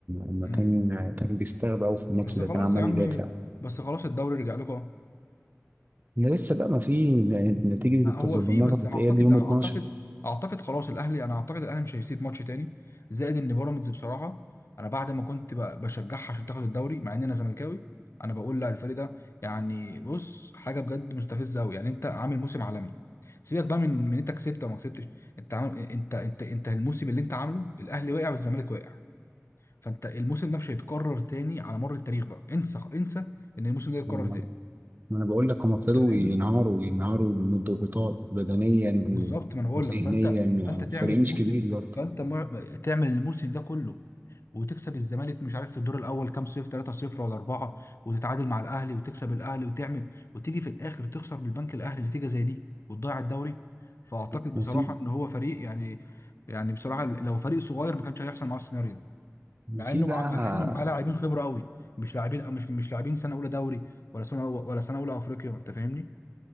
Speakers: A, on the right; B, on the left.
A: ما
B: مم.
A: كان كان بيستغرب قوي في الماتش
B: بس
A: ده
B: خلاص
A: كان عمال
B: يا عم
A: يدافع
B: بس خلاص الدوري رجع لكم اهو
A: ده لسه بقى ما في نتيجة
B: هو
A: التظلمات
B: فيه بس
A: هتتقال
B: اعتقد
A: يوم
B: اعتقد
A: 12
B: اعتقد خلاص الاهلي انا اعتقد الاهلي مش هيسيب ماتش تاني زائد ان بيراميدز بصراحه انا بعد ما كنت ب- بشجعها عشان تاخد الدوري مع ان انا زملكاوي انا بقول لا الفريق ده يعني بص حاجه بجد مستفزه قوي يعني انت عامل موسم عالمي سيبك بقى من من انت كسبت او ما كسبتش انت عامل انت انت انت الموسم اللي انت عامله الاهلي وقع والزمالك وقع فانت الموسم ده مش هيتكرر تاني على مر التاريخ بقى انسى انسى ان الموسم ده يتكرر
A: ما
B: تاني
A: انا بقول لك هم ابتدوا
B: انت فاهمني
A: ينهاروا ينهاروا من الضغوطات بدنيا
B: بالظبط
A: و-
B: ما انا بقول
A: وذهنيا
B: لك فانت انت تعمل
A: فريق
B: الموسم
A: مش كبير برضه
B: فانت مع- تعمل الموسم ده كله وتكسب الزمالك مش عارف في الدور الاول كام صفر 3 صفر ولا 4 وتتعادل مع الاهلي وتكسب الاهلي وتعمل وتيجي في الاخر تخسر من البنك الاهلي نتيجه زي دي وتضيع الدوري فاعتقد
A: وفي
B: بصراحه ان هو فريق يعني يعني بصراحه لو فريق صغير ما كانش هيحصل معاه السيناريو ده
A: وفي
B: مع انه
A: بقى
B: مع مع انه معاه لاعبين خبره قوي مش لاعبين مش مش لاعبين سنه اولى دوري ولا سنه ولا سنه اولى افريقيا انت فاهمني